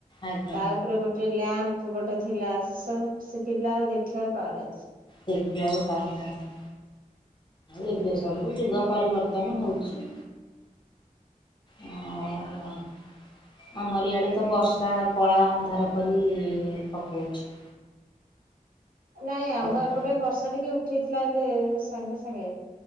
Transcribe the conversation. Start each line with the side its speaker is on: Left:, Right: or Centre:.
Left: ଆଜ୍ଞା
Right: ତା ଉପରେ ଗୋଟେ ଲ୍ୟାମ୍ପ ଗୋଟେ ଥିଲା ସେ ସବୁ ସେ ପିଲା ଆଉ ଦେଖିବାକୁ ପାଉନାହାନ୍ତି।
Left: ଦେଖିବାକୁ ପାଉନାହାନ୍ତି। ଏବେ ସବୁ ଯୁଗ ପରିବର୍ତ୍ତନ ହଉଛି। ଆଉ ଆମର ଇଆଡ଼େ ତ ବର୍ଷା କଳା ଅନ୍ଧାର କରି ପକଉଛି।
Right: ନାଇଁ ଆମ
Left: ବର୍ଷା
Right: ଏପଟେ ବର୍ଷା ଟିକେ ଉଠେଇଥିଲା ଏବେ ସାଙ୍ଗେ ସାଙ୍ଗେ